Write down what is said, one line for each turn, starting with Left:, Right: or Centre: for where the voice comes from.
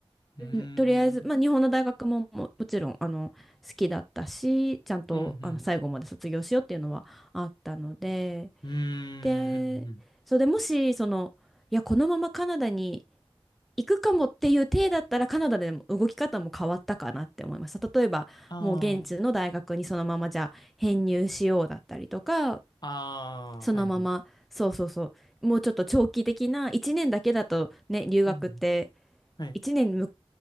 Left: うーん、
Centre: うんとりあえず、
Left: うん、
Centre: まあ、日本の大学もも、もちろんあの好きだったしちゃんとあの最後まで卒業しようっていうのはあったので
Left: うん、うーん、
Centre: でそれでもしそのいやこのままカナダに
Left: うん。
Centre: 行くかもっていう体だったらカナダでも動き方も変わったかなって思いました。例えばもう現地の大学にそのままじゃあ編入しようだったりとか
Left: ああー、ああ、
Centre: そのままそうそうそうもうちょっと長期的な1年だけだとね留学って
Left: はい、はい。うん、はい。
Centre: 1年向